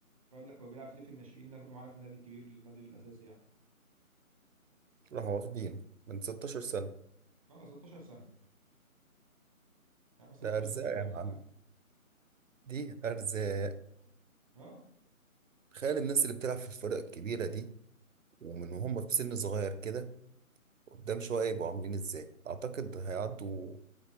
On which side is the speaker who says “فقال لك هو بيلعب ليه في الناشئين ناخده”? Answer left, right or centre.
Right